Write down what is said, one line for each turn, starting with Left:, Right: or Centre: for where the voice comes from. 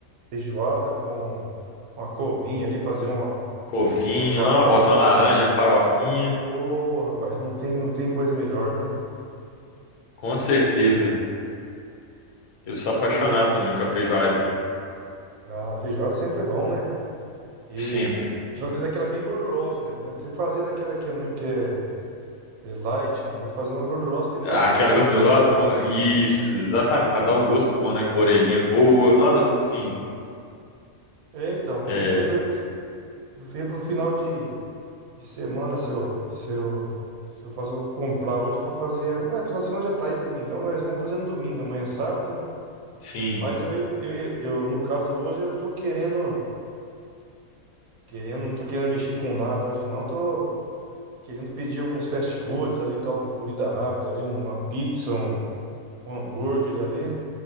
Right: Feijoada com uma covinha ali, fazer uma,
Left: covinho,
Right: uma farofa.
Left: não, bota uma laranja, farofinha,
Right: Ô, rapaz, não tem, não tem coisa melhor, viu?
Left: com certeza. Eu sou apaixonado
Right: Ô,
Left: também com a feijoadinha,
Right: a feijoada sempre é bom, né? E
Left: sempre.
Right: fazer daquela bem gordurosa mesmo, né? Você fazer daquela que é muito, que é, é light, não. Tem que fazer uma gordurosa que é mais
Left: Aquela
Right: saborosa.
Left: gordurosa
Right: ainda.
Left: com. Isso, exatamente, para dar o gosto bom, né? Com a orelhinha boa. Nossa, sim.
Right: É, então, vamos
Left: É,
Right: ver, ver pro, fi- ver pro final de, de semana se eu, se eu, se eu faço, eu vou comprar hoje pra fazer. Ué, final de semana já tá aí, domingão, mas vamos fazer no domingo. Amanhã é sábado, né?
Left: sim.
Right: Mas eu, eu, eu, no caso hoje, eu tô querendo, querendo, não tô querendo mexer com nada hoje não, tô querendo pedir alguns fast foods ali, tal, uma comida rápida ali, uma pizza, um, um hambúrguer ali,